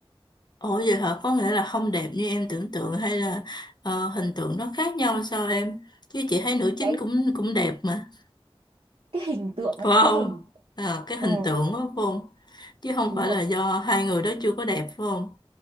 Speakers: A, on the left; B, on the right.
A: ủa vậy hả có nghĩa là không đẹp như em tưởng tượng hay là ờ, hình tượng nó khác nhau sao em chứ chị thấy nữ chính
B: cái
A: cũng cũng đẹp mà
B: cái hình tượng ấy
A: phải
B: cái
A: không
B: hình
A: Ờ, cái hình
B: ừ
A: tượng đó phải không chứ không
B: đúng
A: phải
B: rồi
A: là do hai người đó chưa có đẹp phải không